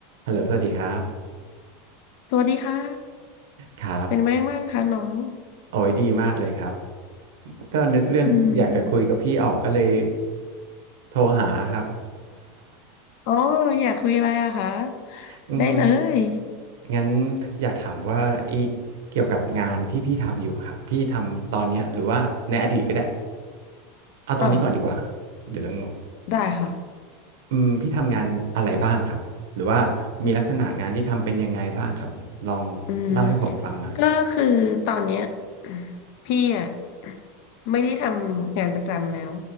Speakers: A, on the right; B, on the left.
A: ฮัลโหลสวัสดีครับ
B: สวัสดีค่ะ
A: ครับ
B: เป็นไงบ้างคะน้อง
A: โอ้ยดีมากเลยครับก็นึกเรื่องอยากจะคุยกับพี่ออกก็เลย
B: อืม
A: โทรหาครับ
B: อ๋ออยากคุยอะไรอะคะ
A: <laughs> อืม
B: ได้เลย
A: งั้นอยากถามว่าอีกเกี่ยวกับงานที่พี่ทำอยู่ครับพี่ทำตอนเนี้ยหรือว่าในอดีตก็ได้เอาตอนนี้ก่อนดีกว่า
B: อ่า
A: เดี๋ยวจะงง
B: ได้ค่ะ
A: อืมพี่ทำงานอะไรบ้างครับหรือว่ามีลักษณะงานที่ทำเป็นยังไงบ้างครับลองเล่าให้ผมฟังหน่อย
B: อืม ก็คือตอนเนี้ย <clears throat> พี่อะไม่ได้ทำงานประจำแล้ว